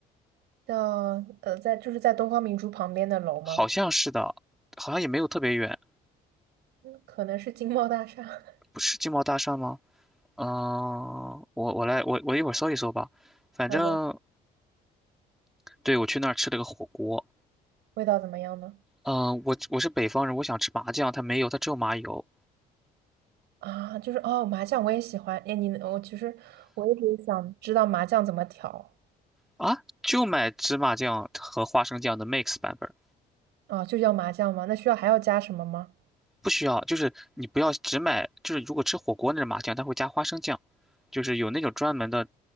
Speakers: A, on the right; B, in the centre.
A: 叫呃，在就是在东方明珠旁边的楼吗？
B: 好像是的，好像也没有特别远，
A: 嗯，可能是金茂大厦。<laughs>
B: 不是金茂大厦吗？嗯，我我来我我一会儿搜一搜吧，反正
A: 好的，
B: 对我去那儿吃了个火锅，
A: 味道怎么样呢？
B: 嗯、呃我我是北方人，我想吃麻酱，它没有，它只有麻油
A: 啊，就是哦，麻酱我也喜欢。哎，你我其实我一直想知道麻酱怎么调
B: 啊，就买芝麻酱和花生酱的 mix 版本，
A: 啊，就叫麻酱吗？那需要还要加什么吗？
B: 不需要，就是你不要只买，就是如果吃火锅那种麻酱，它会加花生酱，就是有那种专门的